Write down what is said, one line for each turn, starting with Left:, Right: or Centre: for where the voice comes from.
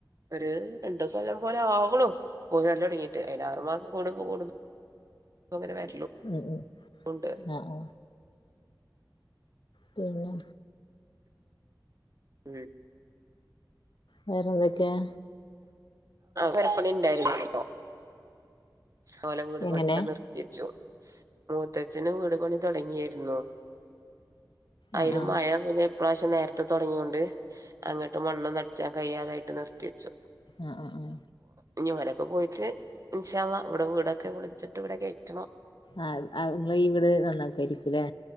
Right: ഒരു രണ്ടിസം എല്ല പോലെ ആവുള്ളൂ പോയിവരല് തുടങ്ങിയിട്ട് അയിനാറുമാസം കൂടുമ്പ കൂടുമ്പം പ്പ അങ്ങനെ വരലും
Left: ഉം ഉം
Right: ഉണ്ട്
Left: ആഹ് ആഹ് പിന്നെ
Right: ഉം
Left: വേറെ എന്തൊക്കെയാ
Right: പ്പ ഉണ്ടായിരുന്നു അവഓല കൂടി
Left: എങ്ങനെ
Right: പെടെ നിർത്തി വച്ചു പോ മൂത്തച്ഛന് വീട് പണി തുടങ്ങിയായിരുന്നു അതിലും
Left: ആഹ് ആഹ്
Right: മഴ പിനെ ഇപ്രാവശ്യം നേരത്തെ തുടങ്ങിൊണ്ട് അങ്ങോട്ട് മണ്ണ് അടിച്ചാൻ കയ്യാതായിട്ട് നിർത്തി വെച്ചു
Left: ആഹ ആ ഉ
Right: ന്നി ഒരൊക്കെ പോയിട്ട് ഇന്ഷാ അല്ലാഹ് ഇവിടെ വീടൊക്കെ പൊളിച്ചിട്ട് ഇവിടെ കയറ്റണം
Left: ആ ആ ങ്ങള് ഇവിടെ നന്നാക്കയിരിക്കൂലെ